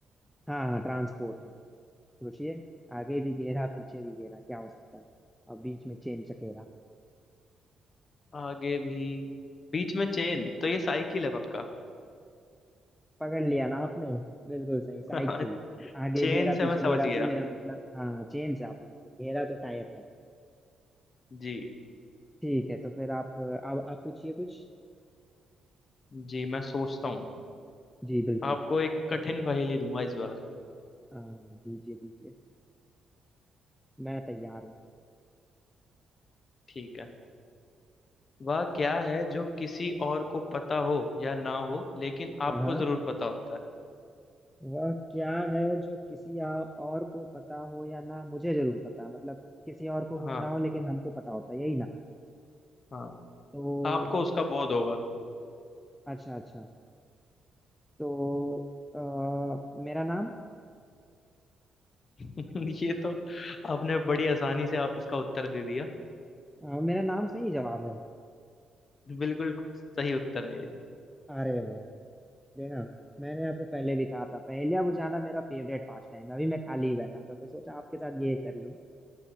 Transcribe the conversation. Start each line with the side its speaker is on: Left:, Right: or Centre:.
Centre: हाँ हाँ ट्रांसपोर्ट है सोचिए आगे भी घेरा पीछे भी घेरा क्या हो सकता है और बीच में चेन चकेरा
Left: आगे भी बीच में चेन तो ये साइकिल है पक्का
Centre: पकड़ लिया ना आपने बिल्कुल सही
Left: <laughs>
Centre: साइकिल आगे
Left: चेन
Centre: घेरा
Left: से
Centre: पीछे
Left: मैं
Centre: घेरा
Left: समझ गया
Centre: से मेरा मतलब हाँ चेन से आप घेरा तो टायर था
Left: जी
Centre: ठीक है तो फिर आप अब आप पूछिए कुछ
Left: जी मैं सोचता हूँ
Centre: जी बिल्कुल
Left: आपको एक कठिन पहेली दूंगा इस बार
Centre: हाँ, दीजिए दीजिए मैं तैयार हूँ
Left: ठीक है वह क्या है जो किसी और को पता हो या ना हो लेकिन
Centre: हाँ
Left: आपको जरूर पता होता है
Centre: वह क्या है जो किसी आ- और को पता हो या ना मुझे जरूर पता मतलब किसी और को हो
Left: हाँ
Centre: ना हो लेकिन हमको पता होता है यही ना
Left: हाँ
Centre: तो
Left: आपको उसका बोध होगा
Centre: अच्छा अच्छा तो आ, मेरा नाम
Left: <laughs> ये तो आपने बड़ी आसानी से आप- इसका उत्तर दे दिया
Centre: अ, मेरा नाम सही जवाब है
Left: बिल्कुल सही उत्तर है ये
Centre: अरे वाह देखा मैंने आपको पहले भी कहा था पहले बुझाना मेरा फेवरेट पास टाइम है अभी मैं खाली ही बैठा था तो सोचा आपके साथ ये कर लूं